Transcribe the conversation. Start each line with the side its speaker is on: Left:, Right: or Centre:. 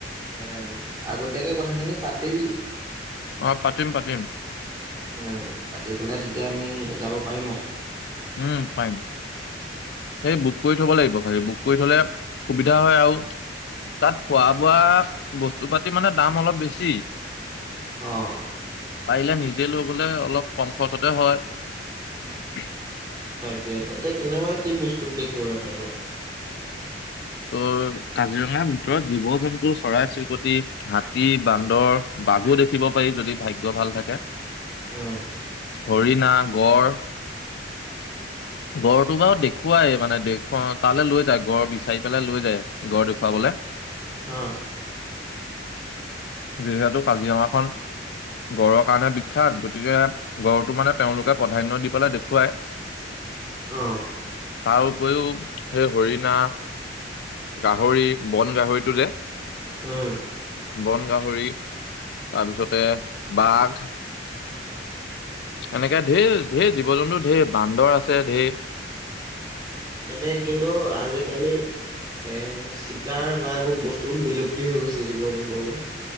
Right: এ আগতীয়াকে কথাখিনি পাতিবি।
Left: অ পাতিম পাতিম
Right: উম, পাতি পেলাই তেতিয়া আমি যাব পাৰিম আৰু।
Left: উম, পাইম। সেই বুক কৰি থব লাগিব খালি, বুক কৰি থলে সুবিধা হয় আৰু তাত খোৱা বোৱা বস্তু পাতি মানে দাম অলপ বেছি।
Right: অ',
Left: পাৰিলে নিজে লগ গলে অলপ কম খৰচতে হয়।
Right: তাকে তাতে কেনেবা কি বস্তু দেখিবলৈ পাব?
Left: ত' কাজিৰঙাৰ ভিতৰত জীৱ, জন্তু, চৰাই, চিৰিকটি, হাতী, বান্দৰ, বাঘু, দেখিব পাৰি যদি ভাগ্য ভাল থাকে।
Right: উম,
Left: হৰিণা, গঁড়। গড়টো বাৰু দেখুৱাই মানে দেখুৱা তালৈ লৈ যায় গড় বিচাৰি পেলাই লৈ যায় গঁড় দেখুৱাবলৈ।
Right: অ।
Left: যিহেতু কাজিৰঙাখন গঁড়ৰ কাৰণে বিখ্যাত গতিকে গঁড়টো মানে তেওঁলোকে প্ৰাধান্য দি পেলাই দেখুৱায়।
Right: অ।
Left: তাৰ উপৰিও সেই হৰিণা, গাহৰি, বন গাহৰিটো যে।
Right: উম।
Left: বন গাহৰি তাৰপিছতে বাঘ।
Right: উ
Left: এনেকে ঢেৰ ঢেৰ জীৱ জন্তু ঢেৰ বান্দৰ আছে ঢেৰ।
Right: তাকে কিন্তু আজিকালি এ চিকাৰ বা এইবোৰ বস্তুবোৰ বিলুপ্তি হৈ গৈছে জীৱ জন্তুবোৰ।